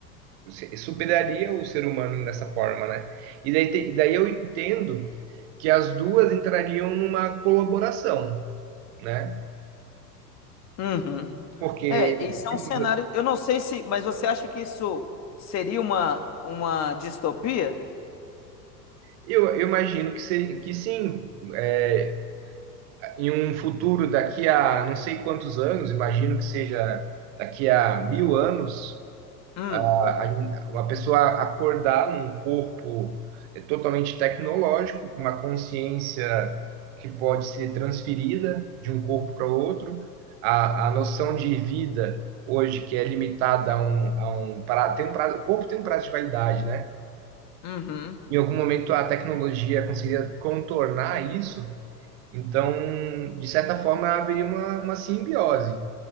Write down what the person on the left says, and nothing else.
Uhum.
É, isso é
um cenário. Eu não sei se, mas você acha que isso seria uma, uma distopia?
Hum.
Uhum.